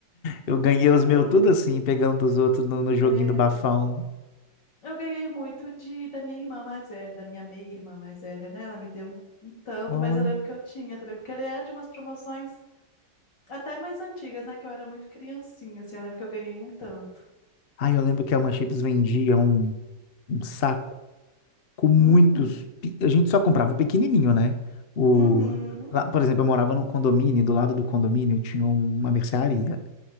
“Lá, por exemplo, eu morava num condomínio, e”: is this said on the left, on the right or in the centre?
Left